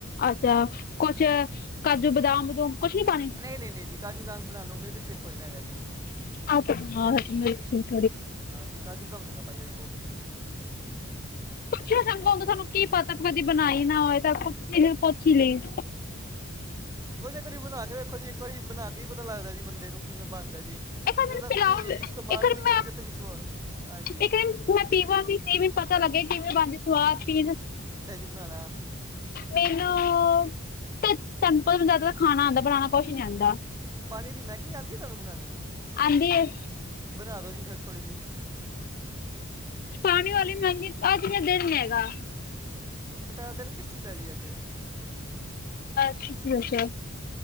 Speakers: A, on the left; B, on the right.
A: ਅੱਛਾ ਕੁਛ ਕਾਜੂ, ਬਦਾਮ-ਬਦੂਮ ਕੁਛ ਨੀ ਪਾਣੇ?
B: ਨਹੀਂ ਨਹੀਂ ਨਹੀਂ ਜੀ ਕਾਜੂ ਬਦਾਮ ਬਣਾ ਨੂੰ ਮਿਲਕ ਸ਼ੇਕ ਥੋੜੀ ਨਾ ਹੈਗਾ ਜੀ।
A: <unintelligible>
B: ਹਾਂਜੀ ਕਾਜੂ ਬਦਾਮ ਥੌੜੀ ਨਾ ਪਾਈਦਾ ਜੀ ਕੋੌਫੀ ਚ
A: ਪੁੱਛਣਾ ਚੰਗਾ
B: ਹਾਂਜੀ
A: ਹੁੰਦਾ, ਸਾਨੂੰ ਕੀ ਪਤਾ ਕਦੀ ਬਣਾਈ ਨਾ ਹੋਏ। ਤਾਂ ਪੁੱਛ ਹੀ ਲਈ-
B: ਕੁਛ ਇੱਕ ਵਾਰੀ ਬਣਾਕੇ ਵੇਖੋ ਜੀ, ਇੱਕ ਵਾਰੀ ਬਣਾ ਕੇ ਹੀ ਪਤਾ ਲੱਗਦਾ ਜੀ ਬੰਦੇ ਨੂੰ ਕਿਵੇਂ ਬਣਦਾ ਜੀ।
A: ਇੱਕ ਵਾਰ
B: ਜਿੱ
A: ਮੈਨੂੰ
B: ਦਾੱਕ
A: ਪਿਲਾਓ
B: ਤੁਸੀਂ ਇਸਤੇਮਾਲ
A: ਇੱਕ ਵਾਰ
B: ਨਹੀਂ ਕਰੋਗੇ
A: ਮੈਂ
B: ਕਿਤੇ ਵਿਸ਼ਵਾ ਹਾਂਜੀ
A: ਇੱਕ ਦਿਨ ਮੈਂ ਪੀਵਾਂ ਵੀ ਸਹੀ ਮੈਨੂੰ ਪਤਾ ਲੱਗੇ ਕਿਵੇਂ ਬਣਦੀ ਸਵਾਦ ਚੀਜ
B: ਬਣਾਣਾ
A: ਮੈਨੂੰ ਤਾਨ ਪਤਾ ਜ਼ਿਆਦਾ ਖਾਣਾ ਆਦਾ ਬਣਾਣਾ ਕੁਛ ਨਹੀਂ ਆਦਾ।
B: ਪਾਣੀ ਦੀ ਮੈਗੀ ਆਉਂਦੀ ਆ ਤੁਹਾਨੂੰ ਬਣਾਉਣੀ
A: ਆਉਂਦੀ
B: ਬਣਾ ਦੋ ਜੀ ਫਿਰ ਥੋੜ੍ਹੀ ਜਿਹੀ
A: ਪਾਣੀ ਵਾਲੀ ਮਹਿੰਗੀ ਅੱਜ ਨਾ ਦਿਨ ਨੀ ਹੈਗਾ।
B: ਟਦੇ ਕਿਸ ਦਾ ਜੀ ਅੱਜੇ-
A: ਅੱਛਾ-ਅੱਛਾ